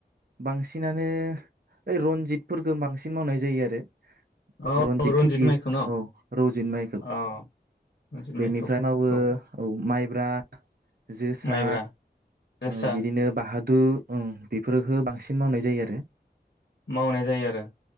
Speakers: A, on the right; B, on the left.
A: बांसिनानो ओइ रनजितफोरखौ बांसिन मावनाय जायो आरो
B: औ
A: रनजित खेथि
B: माइखौ न
A: औ रौजित माइखौ
B: अ रनजित
A: बेनिफ्राय
B: माइखौ
A: मावो
B: औ
A: औ माइ ब्रा जोसा
B: माइब्रा जोसा
A: ओ बिदिनो बाहादु ओं बेफोरफोरखौ बांसिन मावनाय जायो आरो
B: मावनाय जायो आरो